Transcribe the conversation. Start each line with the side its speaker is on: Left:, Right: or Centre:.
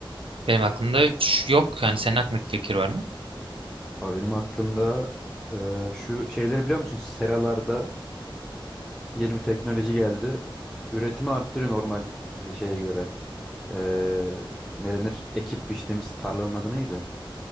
Right: Benim aklımda üç yok. Yani senin aklındaki fikir var mı?
Centre: Valla benim aklımda eee, şu şeyleri biliyor musun? Seralarda yeni bir teknoloji geldi. Üretimi arttırıyor normal bir şeye göre. Eee ne denir? Ekip biçtiğimiz tarlanın adı neydi?